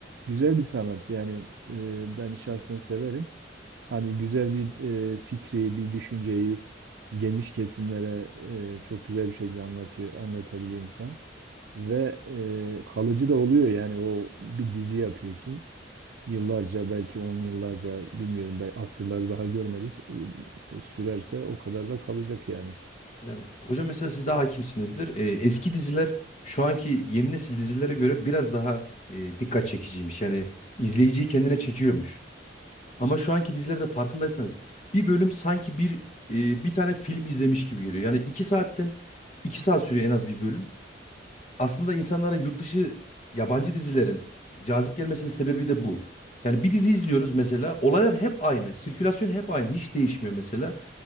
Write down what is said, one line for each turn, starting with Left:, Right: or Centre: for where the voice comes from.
Right: güzel bir sanat yani e, ben şahsen
Left: Hı.
Right: severim. Hani güzel bir e, fikri bir düşünceyi geniş kesimlere e, çok güzel bir şekilde anlatıyor anlatabiliyor insan ve e, kalıcı da oluyor yani o bir dizi yapıyorsun yıllarca belki on yıllarca bilmiyorum belki asırları daha görmedik sürerse o kadar da kalacak yani.
Left: Yani hocam mesela siz daha hakimsinizdir. E, eski diziler şu anki yeni nesil dizilere göre biraz daha e, dikkat çekiciymiş. Yani izleyiciyi kendine çekiyormuş. Ama şu anki dizilerde farkındaysanız bir bölüm sanki bir e, bir tane film izlemiş gibi geliyor. Yani iki saatten iki saat sürüyor en az bir bölüm. aslında insanlara yurt dışı yabancı dizilerin cazip gelmesinin sebebi de bu. Yani bir dizi izliyoruz mesela. Olaylar hep aynı. Sirkülasyon hep aynı. Hiç değişmiyor mesela.